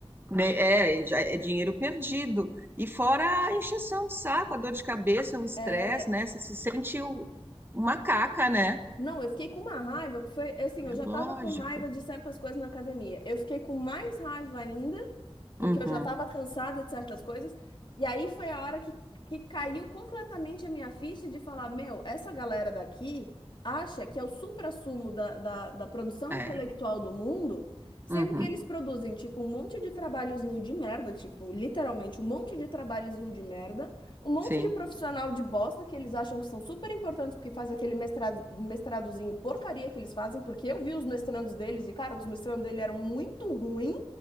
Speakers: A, on the right; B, on the left.
A: né, É, já é dinheiro perdido. E fora a encheção de saco, a dor de cabeça, o estresse,
B: É,
A: né? Você se sente o- uma caca, né?
B: não, eu fiquei com uma raiva, porque foi é assim, eu já
A: Lógico.
B: tava com raiva de certas coisas na academia. Eu fiquei com mais raiva ainda, porque
A: Uhum,
B: eu já tava cansada de certas coisas. E aí foi a hora que, que caiu completamente a minha ficha de falar, meu, essa galera daqui acha que é o suprassumo da, da, da produção
A: é.
B: intelectual do mundo, sendo
A: Uhum,
B: que eles produzem, tipo, um monte de trabalhozinho de merda, tipo, literalmente um monte de trabalhozinho de merda um monte
A: sim,
B: de profissional de bosta que eles acham que são super importantes porque faz aquele mestrado, mestradozinho porcaria que eles fazem, porque eu vi os mestrandos deles e, cara, os mestrandos dele eram muito ruins,